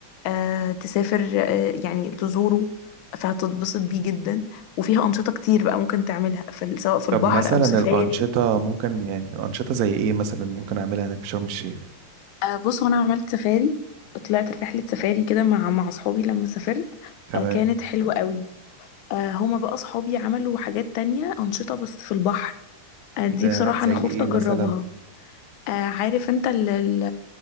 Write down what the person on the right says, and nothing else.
طب
مثلا
الانشطه
ممكن يعني انشطه زي ايه مثلا ممكن اعملها هناك في شرم الشيخ
تمام
ده
زي
ايه
مثلا